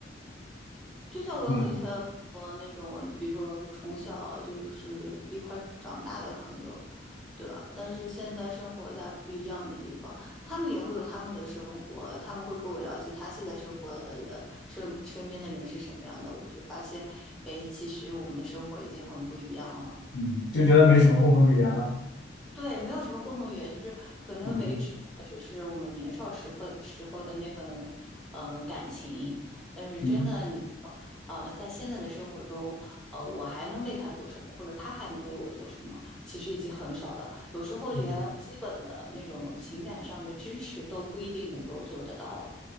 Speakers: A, in the centre; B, on the left.
A: 就像我有很以前有很多那种，
B: 嗯
A: 比如说从小就是一块长大的朋友，对吧？但是现在生活在不一样的地方，他们也会有他们的生活，他们会跟我聊起他现在生活的人身身边的人是什么样的，我就发现，哎，其实我们的生活已经很不一样了。
B: 嗯，就觉得没什么共同语言了。
A: 对，没有什么共同语言，就是可能维持的只是我们年少时分时候的那份呃感情，
B: 嗯
A: 但是真的你说，
B: 嗯
A: 呃，在现在的生活中，呃，我还能为他做什么，或者他还能为我做什么，其实已经很少了。有时候连基本的那种情感上的支持都不一定能够做得到了。
B: 嗯。